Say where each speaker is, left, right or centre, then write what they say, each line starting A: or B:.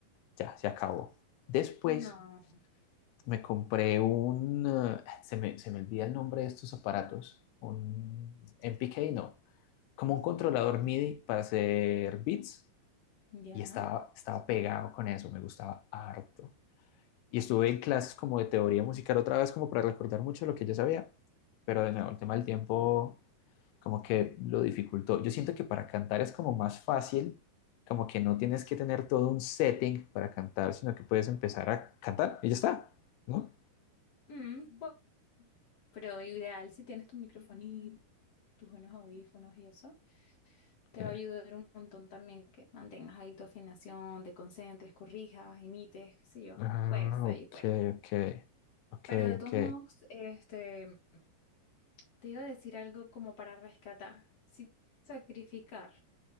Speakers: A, on the left; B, on the left.
A: ya, se acabó. Después
B: No,
A: me compré un, eh, se me, se me olvida el nombre de estos aparatos, un MPK, no, como un controlador MIDI para hacer beats
B: ya.
A: y estaba, estaba pegado con eso, me gustaba harto. Y estuve en clases como de teoría musical otra vez, como para recordar mucho lo que yo sabía, pero de nuevo el tema del tiempo como que lo dificultó. Yo siento que para cantar es como más fácil, como que no tienes que tener todo un setting para cantar, sino que puedes empezar a cantar y ya está, ¿no?
B: Mm, bu- pero ideal si tienes tu microfonito, tus buenos audífonos y eso. Te
A: Ok,
B: va a ayudar un montón también que mantengas ahí tu afinación, te concentres, corrijas, imites, qué sé yo,
A: Ah,
B: juegues ahí,
A: ok,
B: juegues.
A: ok, ok,
B: Pero de todos
A: ok,
B: modos, este, te iba a decir algo como para rescatar. Si sacrificar,